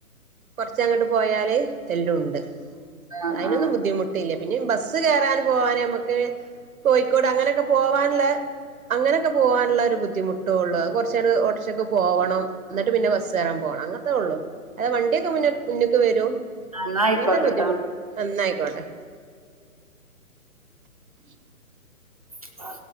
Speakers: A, on the right; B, on the right.
A: കൊർച്ചങ്ങട്ട് പോയാല് എല്ലും ഉണ്ട്
B: ആ ആ
A: അയ്നൊന്നും
B: ആ.
A: ബുദ്ധിമുട്ടില്ല പിന്നെ ബസ്സ് കെറാൻ പോകാന് നമക്ക് കോഴിക്കോട് അങ്ങനെ പോവാന്ള്ളെ അങ്ങനെക്കെ പോവാനുള്ള ഒരു ബുദ്ധിമുട്ടോള്ളൂ അഹ് കോർചങ്ങട്ട് ഓട്ടർഷക്ക്‌ പോകണം ന്നട്ട് പിന്നെ ബസ്സ് ഏറാം പോണം അങ്ങൻത്തേ ഒള്ളു അത് വണ്ടിക്കെ മുന് മുന്ക്ക് വരും
B: എന്നാ ആയിക്കോട്ടെട്ടോ
A: അങ്ങൻത്തെ ഒരു ബുദ്ധിമുട്ട് എന്നാ അയ് <unintelligible>
B: ആ